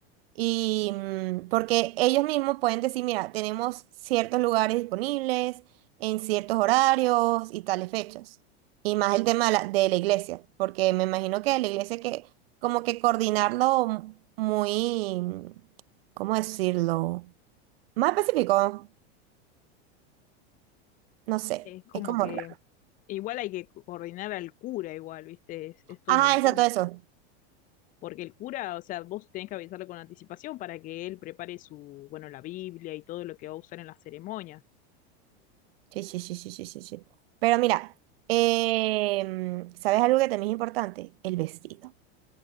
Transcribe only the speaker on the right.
Y mm, porque ellos mismos pueden decir, mira, tenemos ciertos lugares disponibles en ciertos horarios y tales fechas. Y más el tema de la, de la iglesia, porque me imagino que la iglesia hay que como que coordinarlo m- muy, mm, ¿cómo decirlo? Más específico, no sé,
es como
raro.
Ajá,
exacto
eso.
Sí, sí, sí, sí, sí, sí, sí. Pero mira, em, ¿sabes algo que también es importante? El vestido.